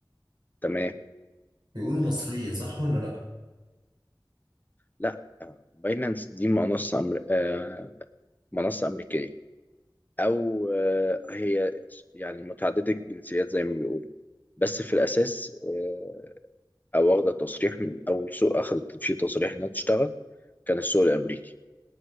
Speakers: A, on the left; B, on the right.
A: تمام
B: بيقولوا مصرية صح ولا لأ؟
A: لأ آه، باينانس دي منصة أمر... آه، منصة أمريكية أو آه، هي يعني متعددة الجنسيات زي ما بيقولوا بس في الأساس آه، أو واخدة تصريح من أول سوق أخدت في تصريح إنها تشتغل كان السوق الأمريكي